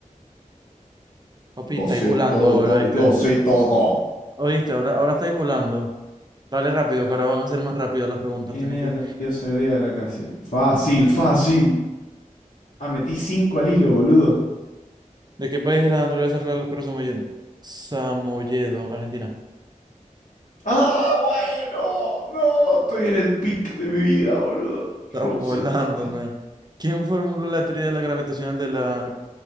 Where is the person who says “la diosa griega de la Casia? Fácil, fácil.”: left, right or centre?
Left